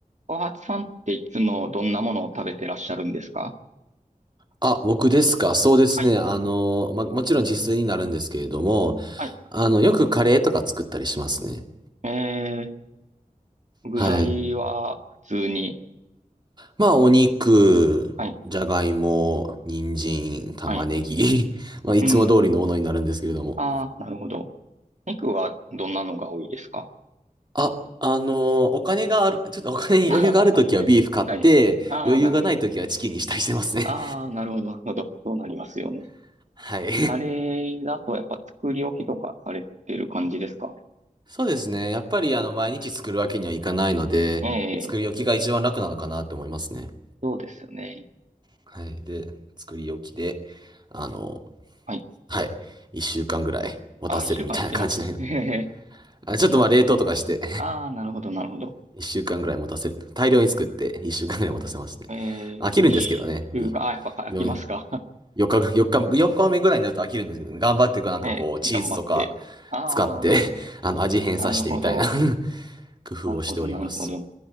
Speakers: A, on the right (about 55°); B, on the right (about 30°).
A: 小初さんっていつもどんなものを食べてらっしゃるんですか
B: あ、僕ですか。そうですね。
A: はい、
B: あの、ま、もちろん自炊になるんですけれども、
A: はい。
B: あの、よくカレーとか作ったりしますね。
A: えー、具材は普通に。
B: はい。まあ、お肉、
A: はい、
B: じゃがいも、人参、玉ねぎ、
A: はい。
B: <laughs> まあ、いつも通りのものになるんですけれども。
A: うん。ああ、なるほど。肉はどんなのが多いですか
B: あ、あの、お金がある、ちょっとお金に余裕があるときはビーフ買って、
A: あー <laughs> はい。ああ、
B: 余裕がないときはチキンにしたりしてますね。
A: なるほど。ああ、なるほど、なるほど。そうなりますよね。
B: <laughs> はい。
A: あれだとやっぱ作り置きとかされてる感じですか
B: そうですね。やっぱり、あの、毎日作るわけにはいかないので、
A: ええ、
B: 作り置きが一番楽なのかなって思いますね。
A: そうですよね。
B: はい。で、作り置きで、あの、
A: はい。
B: はい。一週間ぐらい持たせるみたいな感じになります。
A: ああ、一週間いけます。へへへ。
B: あ、ちょっとまあ冷凍とかして
A: ああ、なるほど、なるほど。
B: <laughs> 一週間ぐらい持たせる。大量に作って一週間ぐらい持たせますね。
A: えー、
B: 飽きるんですけどね。
A: 一週が、
B: い
A: あ、やっぱ書きますか。
B: よ4日ぐ、日、4日目ぐらいになると飽きるんですけどね、頑張ってこうなんかこう、
A: <laughs> えー、
B: チーズとか使って
A: 頑張って。ああ、
B: <laughs> あの、味変させてみたいな
A: なるほど。
B: <laughs> 工夫をしております。
A: なるほど、なるほど。